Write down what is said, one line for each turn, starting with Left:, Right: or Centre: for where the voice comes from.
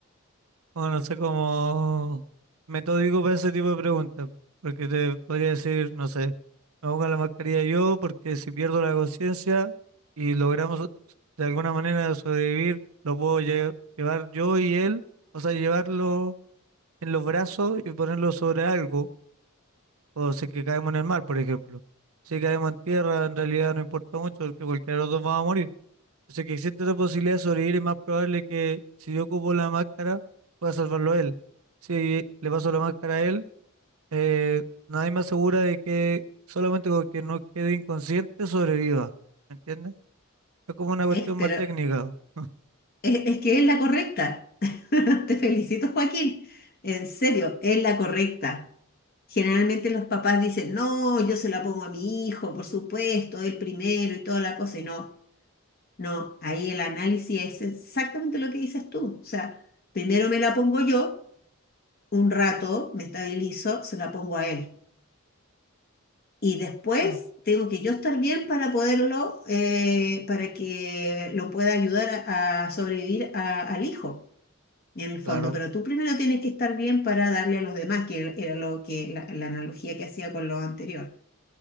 Right: o no sé cómo metódico para ese tipo de preguntas, porque te podría decir, no sé, me pongo la mascarilla yo porque si pierdo la conciencia y logramos de alguna manera sobrevivir, lo puedo lle- llevar yo y él, o sea, llevarlo en los brazos y ponerlo sobre algo, o si es que caemos en el mar, por ejemplo. Si caemos en tierra, en realidad no importa mucho porque cualquiera de los dos va a morir. O que existe otra posibilidad de sobrevivir y más probable que si yo ocupo la máscara, pueda salvarlo a él. Si le paso la máscara a él, eh, nadie me asegura de que solamente con que no quede inconsciente sobreviva. ¿Me entiendes? Es como una cuestión
Left: Es, pero
Right: más técnica. <laughs>
Left: es, es que es la correcta. <laughs> Te felicito, Joaquín. En serio, es la correcta. Generalmente los papás dicen, no, yo se la pongo a mi hijo, por supuesto, el primero y toda la cosa. Y no, no, ahí el análisis es exactamente lo que dices tú. O sea, primero me la pongo yo, un rato me estabilizo, se la pongo a él. Y después
Right: Claro.
Left: tengo que yo estar bien para poderlo, eh, para que lo pueda ayudar a, a sobrevivir a- al hijo, en el fondo.
Right: Claro.
Left: Pero tú primero tienes que estar bien para darle a los demás, que era lo que la, la analogía que hacía con lo anterior.